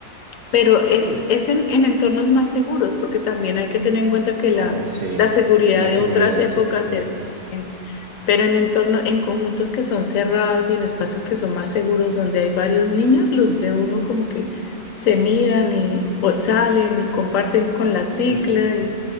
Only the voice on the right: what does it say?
Sí.
Ah, sí,
la
seguridad
es
importante.
Sí.